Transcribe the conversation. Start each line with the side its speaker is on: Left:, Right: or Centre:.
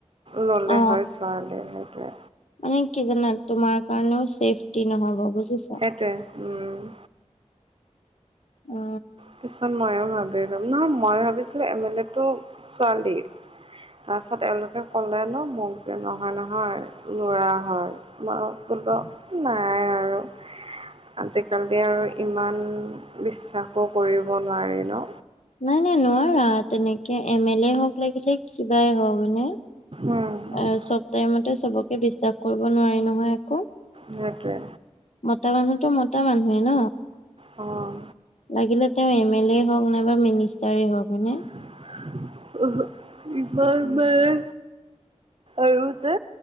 Right: ল'লে
Left: অ
Right: হয়, ছোৱালী সেইটোৱে।
Left: মানে কি জানা তোমাৰ কাৰণেও চেফটি নহব বুজিছা।
Right: সেইটোৱেই, উম।
Left: অ।
Right: পিছত ময়ো ভাবিলো নহ মই ভাবিছিলো এম এল এ তটো ছোৱালী। তাৰপিছত এওঁলোকে ক'লে ক'লে ন মোক যে নহয়, নহয় ল'ৰা হয় মই কলোঁ। নাই আৰু আজিকালি আৰু ইমান বিশ্বাস কাকো কৰিব নোৱাৰি ন।
Left: নাই নাই নোৱাৰা তেনেকে এম এল এ হওক লাগিলে কিবাই হওক।
Right: উম
Left: <inaudible> চব টাইমতে চবকে বিশ্বাস কৰিব নোৱাৰি নহয় আকৌ।
Right: সেইটোৱে।
Left: মতা মানুহতো মতা মানুহে ন।
Right: অঁ।
Left: লাগিলে তেওঁ এম এল এ হওক নাইবা মিনিষ্টাৰেই হওক হয়নে।
Right: <inaudible> ইমান
Left: উম
Right: মানে, আৰু যে